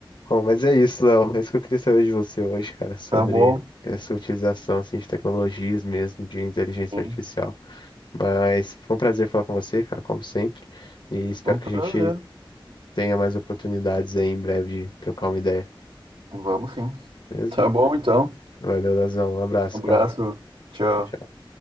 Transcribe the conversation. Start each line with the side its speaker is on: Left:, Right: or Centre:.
Left: Bom, mas é isso, Léo. É isso que eu queria saber de você hoje, cara, sobre
Right: Tá bom.
Left: essa utilização assim, de tecnologias mesmo, de inteligência
Right: Sim.
Left: artificial. Mas foi um prazer falar com você, cara, como sempre. E espero
Right: Foi um
Left: que
Right: prazer.
Left: a gente tenha mais oportunidades aí em breve de trocar uma ideia,
Right: Vamos sim.
Left: beleza?
Right: Tá bom então.
Left: Valeu, Leozão. Um abraço,
Right: Um abraço.
Left: cara.
Right: Tchau.
Left: Tchau, tchau.